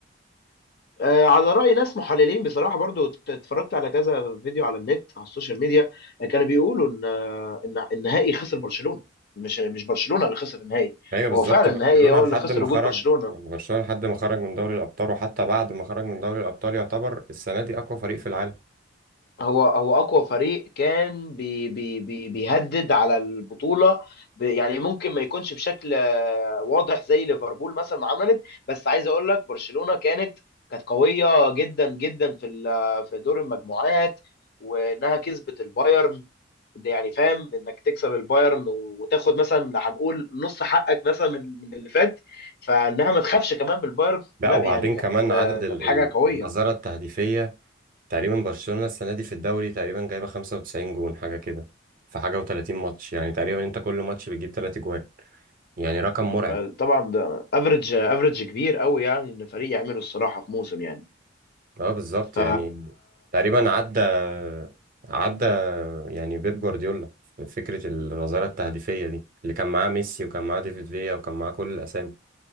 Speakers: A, on the left (about 50°); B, on the right (about 45°).
A: آه، على رأي ناس محللين بصراحة برضو ات- اتفرجت على كذا فيديو على النت على السوشيال ميديا آه، كانوا بيقولوا ان آه، ان النهائي خسر برشلونة مش مش برشلونة اللي خسر النهائي
B: ايوه بالظبط
A: هو فعلا
B: برشلونة
A: النهائي هو
B: لحد
A: اللي خسر
B: ما خرج
A: وجود برشلونة
B: يعني برشلونة لحد ما خرج من دوري الابطال وحتى بعد ما خرج من دوري الابطال يعتبر السنة دي اقوى فريق في العالم
A: هو هو أقوى فريق كان بي بي بي بيهدد على البطولة ب- يعني ممكن ما يكونش بشكل آه، واضح زي ليفربول مثلا ما عملت بس عايز اقول لك برشلونة كانت كانت قوية جدا جدا في ال- في دور المجموعات وانها كسبت البايرن ده يعني فاهم انك تكسب البايرن وتاخد مثلا هنقول نص حقك مثلا من من اللي فات فانها ما تخافش كمان من البايرن
B: لا
A: لا
B: وبعدين
A: يعني كانت
B: كمان عدد ال-
A: كانت حاجه
B: ال-
A: قويه
B: العذارة التهديفية تقريبا برشلونة السنة دي في الدوري تقريبا جايبة 95 جون حاجة كده في حاجة و30 ماتش يعني تقريبا انت كل ماتش بتجيب 3 جوان يعني رقم مرعب
A: فطبعا ده افريج افريج كبير قوي يعني ان فريق يعمله الصراحه في موسم يعني
B: اه بالظبط
A: ف
B: يعني تقريبا عدى عدى يعني بيب جوارديولا في فكرة الغزارة التهديفية دي اللي كان معاه ميسي وكان معاه ديفيد فيا وكان معاه كل الأسامي